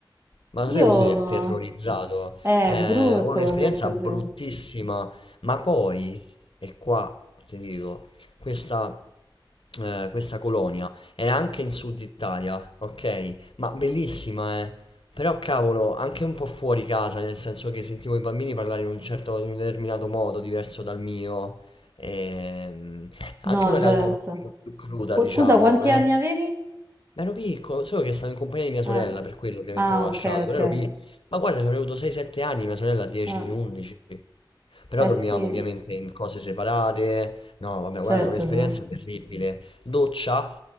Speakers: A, on the left (about 75°); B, on the right (about 30°).
A: Ma lo
B: Io...
A: sai che vuol dire terrorizzato?
B: eh,
A: Eh,
B: È brutto
A: ho un'esperienza
B: quando è così.
A: bruttissima, ma poi, e qua ti dico, questa, eh, questa colonia era anche in Sud Italia, ok? Ma bellissima, eh? Però cavolo, anche un po' fuori casa, nel senso che sentivo i bambini parlare in un certo, in un determinato modo, diverso dal mio. Ehm, anche
B: No,
A: una
B: certo.
A: realtà un pochino più cruda,
B: Qu-
A: diciamo,
B: Scusa, quanti
A: eh.
B: anni avevi?
A: Ma ero piccolo, solo che stavo in compagnia di mia sorella,
B: Ah,
A: per quello ovviamente
B: ah,
A: l'ho lasciato,
B: ok, ok.
A: però ero piccolo. Ma guarda, ci avrei avuto 6-7 anni, mia sorella 10-11.
B: Ah,
A: Però
B: eh
A: dormivamo
B: sì,
A: ovviamente in cose separate. No, vabbè,
B: certo.
A: guarda, è un'esperienza
B: ma-
A: terribile. Doccia,